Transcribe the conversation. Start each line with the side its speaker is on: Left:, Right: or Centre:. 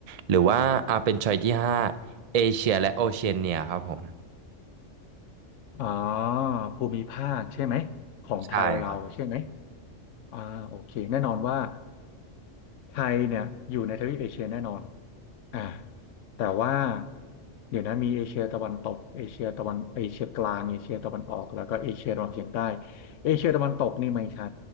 Right: หรือว่าอาเป็นชอยที่ห้าเอเชียและโอเชียเนียครับผม
Left: อ๋อภูมิภาคใช่ไหมของไทยเราใช่ไหม
Right: ใช่ครับ
Left: อ่าโอเคแน่นอนว่าไทยเนี่ยอยู่ในทวีปเอเชียแน่นอนอ่าแต่ว่าเดี๋ยวนะมีเอเชียตะวันตกเอเชียตะวันเอเชียกลางเอเชียตะวันออกแล้วก็เอเชียตะวันออกเฉียงใต้เอเชียตะวันตกนี่ไม่ใช่